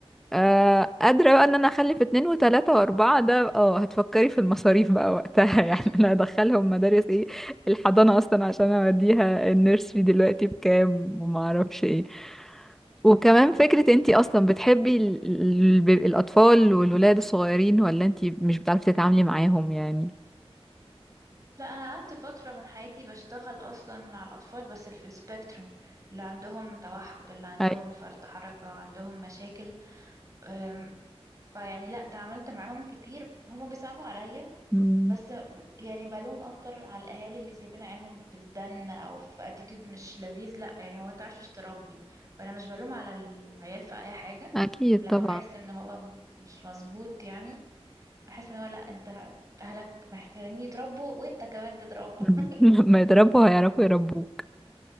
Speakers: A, in the centre; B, on the right.
A: آه قادرة بقى ان انا اخلف اتنين وتلاتة واربعة ده اه هتفكري في المصاريف بقى وقتها
B: <laughs>
A: <laughs> يعني انا هدخلهم مدارس ايه الحضانة اصلا عشان اوديها النيرسري دلوقتي بكام وما اعرفش ايه وكمان فكرة انتي اصلا بتحبي ال- ال- الاطفال والولاد الصغيرين ولا انتي مش بتعرفي تتعاملي معاهم يعني
B: لا انا قعدت فتره من حياتي بشتغل اصلا مع الاطفال بس اللي في السبيكتروم اللي عندهم توحد اللي عندهم
A: أي.
B: فرط حركه عندهم مشاكل أم، فيعني لا تعاملت معاهم كتير هما بيصعبوا عليا
A: مم،
B: بس م- يعني بلوم اكتر على الاهالي اللي سايبين عيالهم في الزن او في اتيتيود مش لذيذ لا يعني هو انت عارفش تربي فانا مش بلوم على العيال في اي حاجه
A: اكيد
B: لما
A: طبعا
B: بحس ان هو مش مظبوط يعني احس ان هو لا انت اهلك محتاجين يتربوا وانت كمان تتربى
A: <laughs>
B: <laughs>
A: لما يتربوا هيعرفوا يربوك